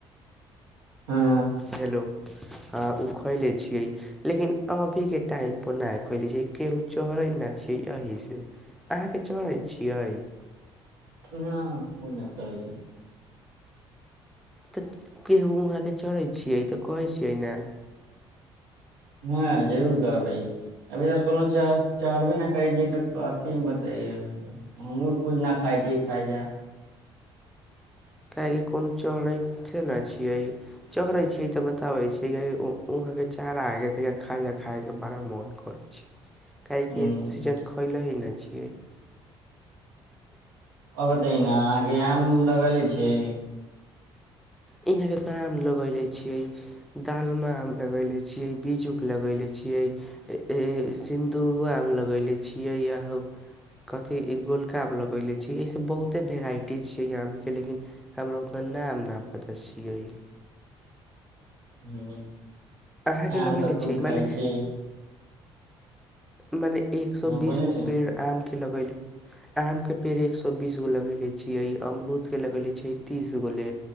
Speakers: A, on the right; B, in the centre.
A: हँ
B: हेलो हँ ओ खैले छियै लेकिन अभीके टाइमपर नइ खुलै छै केहू चढ़ै नहि छै एहीसँ अहाँके चढ़े छियै
A: न ओ ना चढ़े छिये
B: तऽ केहू वहाँके चढ़ै छियै तऽ कहै छियै ने
A: हँ जरूर कहबइ अभीर कोनो च चढ़बे न करै छै तऽ कथि मे बताेयहाँके हमूँ खुद न खाइ छी खाजा
B: काहेकि कोनो चढ़े न छियै चढ़े छी तऽ बताबे छी कियिहा के चारा खा खाय के बड़ा मोन करैत छै काहेकि
A: हूँ
B: सीजन खोलो ही न छियै
A: आ बते ने अहाँके आम लगले छै
B: यहाँ के का आम लगयले छियै दालम आम लगैले छियै बज्जूके लगैले छियै ऐ ऐ ऐ सिन्दूरो आम लगले छियै या हो कथी गोलका आम लगयले छी एहिसँ बहुते वेराइटी छियै य आमके लेकिन हमरा उतना नाम न पता छियै
A: ह
B: अहाँ के
A: आम
B: लगेएले
A: तऽ खूब
B: छिये
A: खााय
B: मने
A: छीिय
B: मैने एक सौ
A: हँ
B: बीस
A: बोलै
B: गो
A: छी न
B: पेड़ आम के लगेले आम के पेड़ एक सए बीसगो लगेले छियै अमरूदके लगेले छियै तीस गो ले